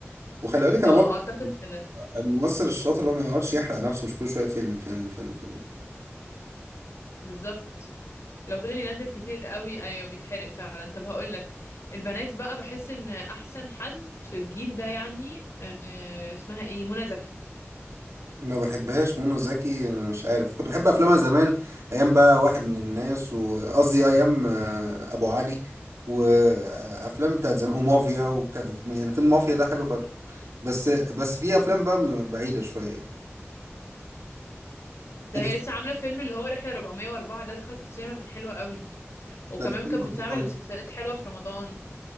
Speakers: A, on the right (about 80°); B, on the left (about 65°).
A: وخلي بالك انا
B: اه
A: برضو
B: اعتقد
A: يعني
B: كده
A: الممثل الشاطر اللي هو ما يقعدش يحرق نفسه مش كل شويه فيلم فيلم فيلم فيلم
B: بالظبط لو فضل ينزل كتير قوي ايوه بيتحرق فعلا طب هقول لك البنات بقى بحس ان احسن حد في الجيل ده يعني أه... اسمها ايه منى زكي
A: ما بحبهاش منى زكي مش عارف كنت بحب افلامها زمان ايام بقى واحد من الناس وقصدي ايام آه، ابو علي وافلام بتاعت زمان ومافيا وكان يعني فيلم مافيا ده حلو فشخ بس بس في افلام بقى م- بعيده شويه يعني
B: ده
A: انت
B: هي لسه عاملة فيلم اللي هو رحلة 404 ده دخلته في السينما كان حلو قوي وكمان
A: ده بيتكلم
B: كانت
A: عن
B: بتعمل
A: ايه طيب
B: مسلسلات حلوة في رمضان